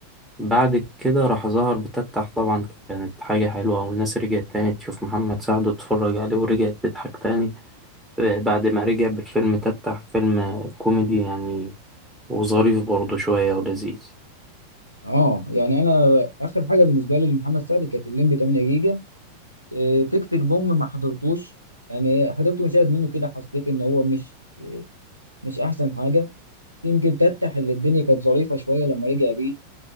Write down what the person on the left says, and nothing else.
اه يعني انا اخر حاجه بالنسبه لي لمحمد سعد كانت الليمبي 8 جيجا إيه، تك تك بوم ما حضرتوش يعني حضرت مشاهد منه كده حسيت ان هو مش مش احسن حاجه يمكن تتح اللي الدنيا كانت ظريفه شويه لما رجع بيه